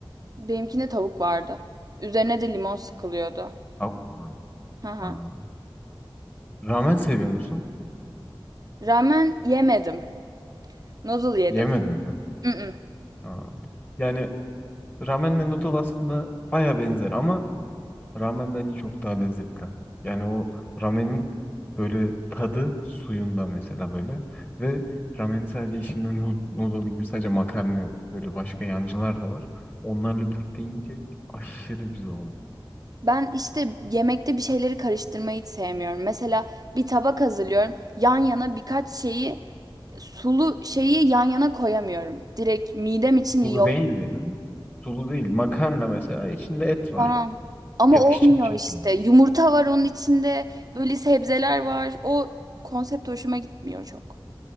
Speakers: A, on the right; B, on the left.
A: Benimkine tavuk vardı. Üzerine de limon sıkılıyordu.
B: Tavuk mu?
A: Hı hı.
B: Aa, Ramen seviyor musun?
A: Ramen yemedim. Noodle yedim.
B: Yemedim mi?
A: Mm-mm.
B: Aa. Yani ramenle noodle aslında baya benzer ama Ramen bence çok daha lezzetli. Yani o ramenin böyle tadı suyunda mesela böyle. Ve ramenin sadece içinde nu- noodle gibi sadece makarna yok. Böyle başka yancılar da var. Onlarla birlikte yiyince aşırı güzel oluyor.
A: Ben işte yemekte bir şeyleri karıştırmayı hiç sevmiyorum. Mesela bir tabak hazırlıyorum. Yan yana birkaç şeyi sulu şeyi yan yana koyamıyorum. Direkt midem için iyi
B: Sulu
A: oldu.
B: değil yani. Sulu değil. Makarna mesela içinde et var.
A: Tamam. Ama
B: Yakışacak
A: olmuyor
B: şekilde.
A: işte. Yumurta var onun içinde. Böyle sebzeler var. O konsept hoşuma gitmiyor çok.